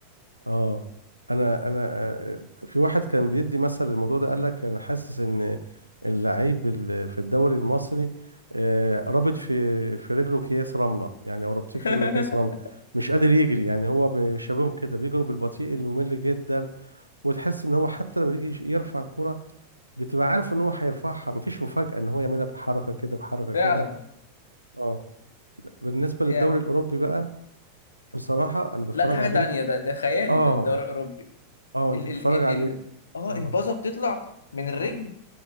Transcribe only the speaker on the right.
اه انا انا آه، في واحد كان بيدي مثل الموضوع ده قال لك انا حاسس ان اللعيب ال- في الدوري المصري آه، رابط في في رجله اكياس رمله يعني او رابطين
في رجله اكياس رمله مش قادر يجري يعني هو ب- شبههم كده بيجروا بالبطيء الممل جدا وتحس ان هو حتى لما بيجي يرفع الكره بتبقى عارف ان هو هيرفعها مفيش مفاجاه ان هو يعملها بحركه كده بحركه
كده اه لا، بالنسبه للدوري
الاوروبي بقى بصراحه انا بتفرج
عليه
ب...
اه
اه
انت بتتفرج
عليه
اه